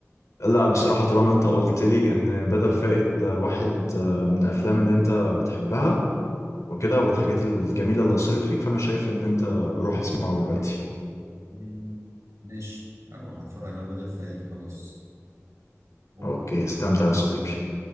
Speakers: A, on the left; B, on the right.
A: لا بصراحة طالما انت قلت لي ان بدل فائد آه، واحد آه، من الافلام اللي انت بتحبها وكده والحاجات الجميلة اللي أثرت فيك فأنا شايف إن أنت روح اسمعه دلوقتي
B: مم، ماشي أروح أتفرج على بدل فايد وخلاص أوكي
A: أوكي استمتع يا صديقي